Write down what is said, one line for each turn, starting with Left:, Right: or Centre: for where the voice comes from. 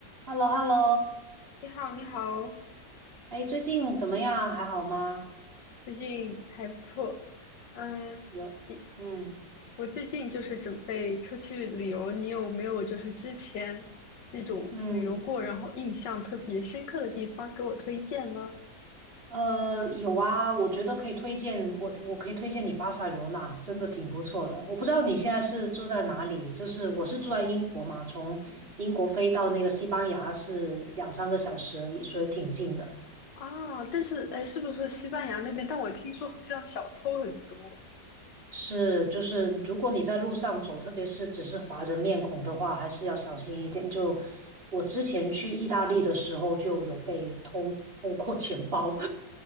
Right: h e l l o h e l l o
Left: 你好，你好，
Right: 哎，最近怎么样？还好吗？
Left: 最近还不错。嗯，
Right: 有，
Left: 你
Right: 嗯
Left: 我最近就是准备出去旅游，你有没有就是之前那种旅游过，
Right: 嗯，
Left: 然后印象特别深刻的地方给我推荐呢？
Right: 呃，有啊，我觉得可以推荐我，我可以推荐你巴塞罗那，真的挺不错的。我不知道你现在是住在哪里，就是我是住在英国嘛，从英国飞到那个西班牙是两三个小时而已，所以挺近的。
Left: 啊，但是哎，是不是西班牙那边？但我听说好像小偷很多
Right: 是，就是如果你在路上走，特别是只是划着面孔的话，还是要小心一点。就我之前去意大利的时候，就有被偷偷过钱包，